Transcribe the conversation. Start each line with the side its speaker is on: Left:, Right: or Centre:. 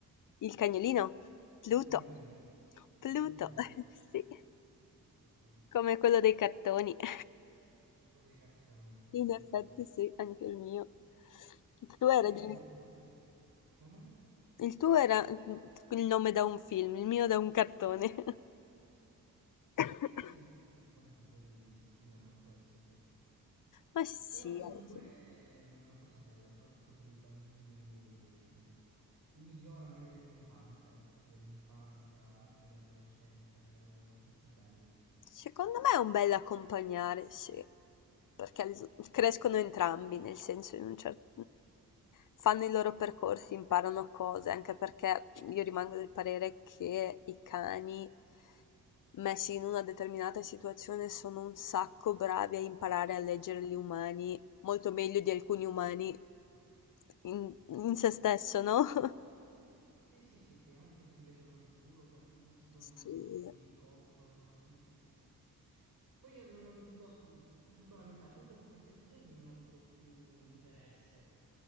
Left: Il cagnolino, Pluto,
Right: Il cagnolino.
Left: Pluto,
Right: Pluto.
Left: <laughs> sì,
Right: Pluto, sì.
Left: come quello dei cartoni. <laughs>
Right: Come quello dei cartoni, sì,
Left: In
Right: sì,
Left: effetti
Right: sì.
Left: sì, anche il mio. Tu
Right: Poi
Left: eri
Right: capito,
Left: di
Right: io sempre... Come?
Left: Il tuo era il nome da un film, il mio da un cartone. <laughs>
Right: Eh sì, un po' tutti quanti poi si ispirano a questo, sì.
Left: Ma sì,
Right: Però comunque
Left: alla fine.
Right: è una cosa bella, soprattutto per i bambini, migliora magari l'infanzia, l'aspetto dell'infanzia, anche dell'adolescenza, è un aspetto bello.
Left: secondo me è un bel accompagnare, sì, perché s- crescono entrambi, nel senso in un certo... fanno i loro percorsi, imparano cose, anche perché io rimango del parere che i cani messi in una determinata situazione sono un sacco bravi a imparare a leggere gli umani, molto meglio di alcuni umani in, in se stesso, no? <laughs>
Right: Sì, sì, sì, sì, anche se ti vedono giù, lo capiscono,
Left: Sì.
Right: vengono lì, ti coccolano, sì, sì, sì. Poi io non, non- do- dico la verità, poi dopo questi episodi non ho avuto più interesse.